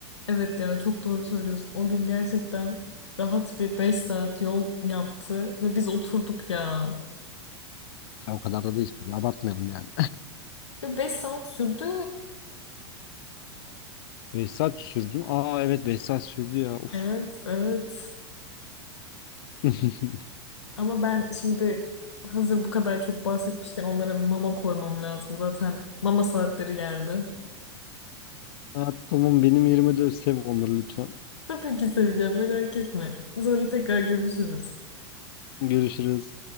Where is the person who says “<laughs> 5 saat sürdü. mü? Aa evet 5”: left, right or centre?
Left